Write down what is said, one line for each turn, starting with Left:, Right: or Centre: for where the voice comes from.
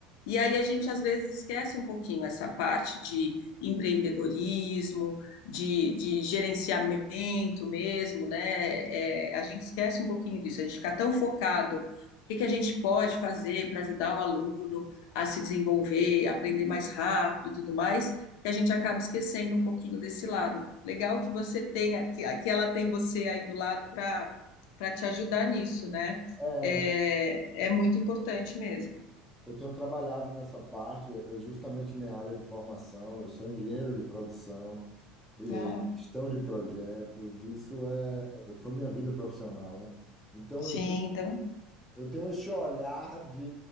Left: E aí a gente às vezes esquece um pouquinho essa parte de empreendedorismo, de, de gerenciamento mesmo, né? É, a gente esquece um pouquinho disso, a gente fica tão focado o que, que a gente pode fazer para ajudar o aluno a se desenvolver, aprender mais rápido e tudo mais, que a gente acaba esquecendo um pouquinho desse lado. Legal que você tenha, que, que ela tem você aí do lado para para te ajudar nisso, né?
Centre: é,
Left: É, é muito importante mesmo.
Centre: eu tenho trabalhado nessa parte, é justamente minha área de formação, eu sou engenheiro de produção, e,
Left: Ah,
Centre: é, gestão de projetos, isso é, foi minha vida profissional, né? Então
Left: sim,
Centre: eu, te-
Left: então
Centre: eu tenho esse olhar de